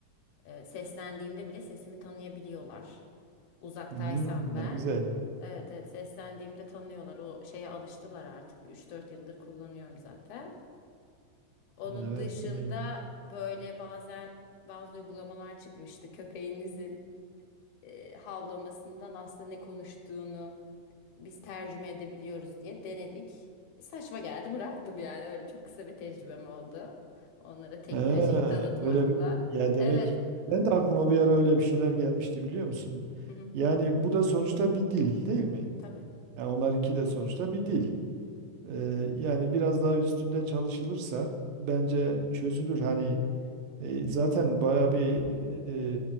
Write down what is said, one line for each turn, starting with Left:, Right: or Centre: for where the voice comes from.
Left: e, seslendiğimde bile sesimi tanıyabiliyorlar. Uzaktaysam
Right: Hmm,
Left: ben
Right: ne güzel.
Left: evet evet seslendiğimde tanıyorlar o şeye alıştılar artık Bir 3-4 yıldır kullanıyorum zaten. Onun
Right: Evet
Left: dışında
Right: neydi?
Left: böyle bazen bazı uygulamalar çıkmıştı köpeğinizin e, havlamasından aslında ne konuştuğunu biz tercüme edebiliyoruz diye denedik. Saçma geldi bıraktım yani öyle çok kısa bir tecrübem oldu. Onlara teknolojiyi
Right: He,
Left: tanıtmakla.
Right: öyle bir- ya
Left: Evet.
Right: demek ben de aklıma bir ara öyle bir şeyler gelmişti biliyor musun?
Left: Hı hı,
Right: Yani bu da sonuçta bir dil değil mi?
Left: tabii.
Right: Yani onlarınki de sonuçta bir dil. Ee, yani biraz daha üstünde çalışılırsa bence çözülür hani E, zaten bayağı bir e,